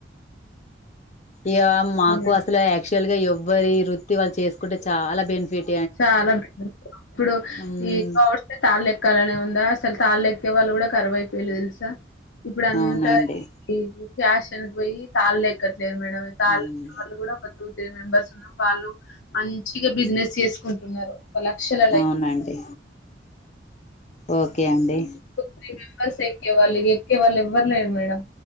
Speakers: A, on the left (about 40°); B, on the left (about 85°).
A: ఇగ మాకు
B: ఓకే.
A: అసలె యాక్చువల్ గా ఎవ్వరి వృత్తి వాళ్ళు చేసుకుంటే చాలా బెనిఫిట్
B: చాలా బెన్ <inaudible> ఇప్పుడు
A: ఉమ్
B: ఈ ఓట్స్ తాళ్ళ ఎక్కాలనే ఉందా అసలు తాళ్ళేఎక్కే వాళ్ళు గూడా కరువైపోయిల్లు తెలుసా! ఇప్పుడు అంతా
A: అవునండి
B: ఈ ఫ్యాషన్కు పోయి తాళ్లే ఎక్కట్లేదు మేడం తల్లెక్కెవాళ్ళు
A: ఉమ్
B: గూడా ఒక టూ త్రీ మెంబర్స్ ఉన్నారు వాళ్ళు మంచిగా బిజినెస్ చేసుకుంటున్నారు. ఒక లక్షల
A: అవునండి ఓకే అండి
B: త్రీ మెంబర్స్ ఎక్కేవాల్లు ఇగ ఎక్కే వాల్లు ఎవ్వరులేరు మేడం